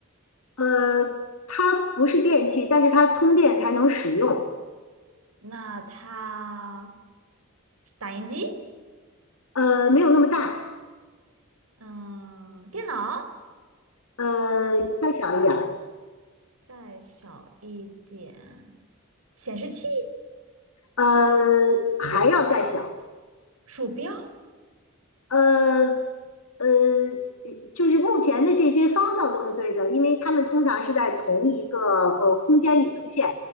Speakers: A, on the left (about 80°); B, on the right (about 85°).
A: 呃，它不是电器，但是它通电才能使用。
B: 那它是打印机？
A: 呃，没有那么大，
B: 嗯，电脑？
A: 呃，再小一点儿，
B: 再小一点，显示器、
A: 呃，还要再小，
B: 鼠标，
A: 呃呃，就是目前的这些方向都是对的，因为它们通常是在同一个呃空间里出现，